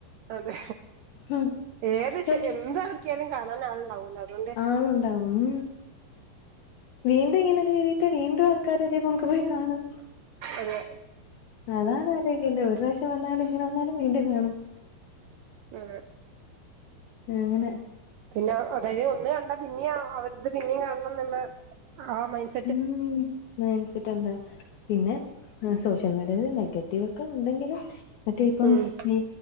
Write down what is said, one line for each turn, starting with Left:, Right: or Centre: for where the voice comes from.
Right: അതെ,
Left: ഉം
Right: ഏത്
Left: ചെല
Right: ശ എന്ത്
Left: ഉം
Right: ഇറക്കിയാലും കാണാൻ ആളുണ്ടാവൂലോ അതുകൊണ്ട്.
Left: ആളുണ്ടാവും ഉം വീണ്ടും ഇങ്ങനെ എഴുതിട്ട് വീണ്ടും അത്. കര പൊങ്ക പോഖാന <inaudible>
Right: അതെ
Left: അതാണ് ആലോചിക്കണ്ട ഒരു പ്രാവശം വന്നാലും ഇങ്ങനെ വന്നാലും വീണ്ടും കാണും
Right: ഇം
Left: ആ അങ്ങനെ
Right: പിന്നെ അതായത് ഒന്ന് കണ്ട പിന്നിം അവര്ക് പിന്നിം കാണണന്നുള്ള ആമൈൻസ്
Left: ഉം മൈൻസ് ട്ടെന്താ പിന്നെ സോഷ്യൽ മീഡിയ ല് നെഗറ്റീവക്കെണ്ടെങ്കിലും ഉണ്ടെങ്കിലും മറ്റേ ഇപ്പം
Right: ഉം
Left: ഈ